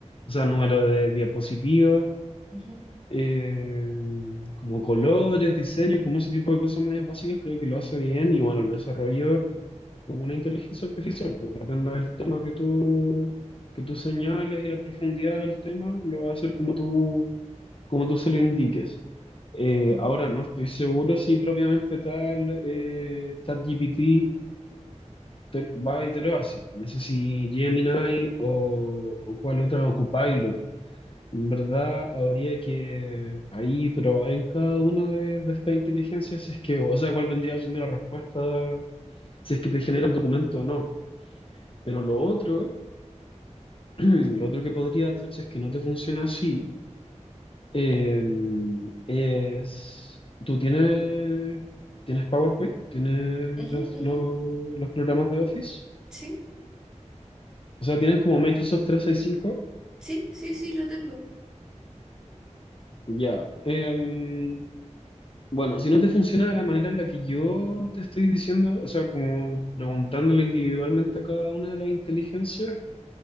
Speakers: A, on the left (about 45°); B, in the centre.
A: o sea, número de diapositivas,
B: Ujú,
A: eh, como colores, diseño, como ese tipo de cosas más básicas, creo que lo hace bien y bueno, el desarrollo como una inteligencia artificial, pues, depende del tema que tú, que tú señales y la profundidad del tema, lo va a hacer como tú, como tú se lo indiques. Eh,
B: ujú,
A: ahora no estoy seguro si propiamente tal eh, ChatGPT te- va y te lo hace. No sé si Gemini o, o cuál otra o Copilot. En verdad, habría que ahí probar en cada una de, de estas inteligencias, si es que, o sea, cuál vendría siendo la respuesta, si es que te genera el documento o no. Pero lo otro, <clears throat> lo otro que podría hacer, si es que no te funciona así, eh, es, tú tienes, tienes PowerPoint, tienes
B: ujú,
A: los,
B: ujú,
A: los los programas de Office.
B: Sí.
A: O sea, tienes como Microsoft 365
B: Sí, sí, sí, lo tengo.
A: Ya. em, bueno, si no te funciona de la manera en la que yo te estoy diciendo, o sea, como preguntándole individualmente a cada una de las inteligencias,